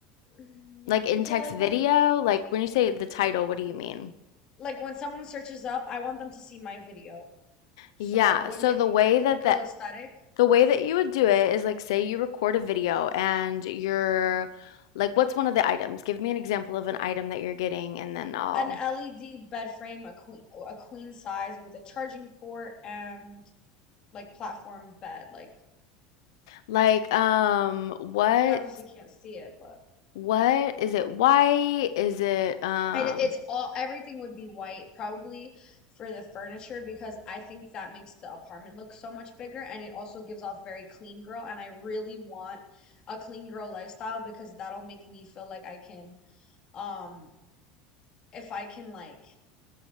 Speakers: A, on the left; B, on the left.
A: Mm,
B: Like in text
A: yeah, like
B: video?
A: when
B: Like when you say the title, what do you mean?
A: like when someone searches up, I want them to see my video. So
B: Yeah,
A: like wouldn't
B: so
A: it
B: the
A: be
B: way
A: clean
B: that
A: girl
B: the
A: aesthetic?
B: The way that you would do it is like, say you record a video and you're like, what's one of the items? Give me an example of an item that you're getting, and then I'll
A: An LED bed frame, a queen a queen size with a charging port and like platform bed, like
B: like, um, what,
A: you obviously can't see it, but
B: what is it? White? Is it, um,
A: it, it's all everything would be white probably for the furniture because I think that makes the apartment look so much bigger and it also gives off very clean girl and I really want a clean girl lifestyle because that'll make me feel like I can um if I can like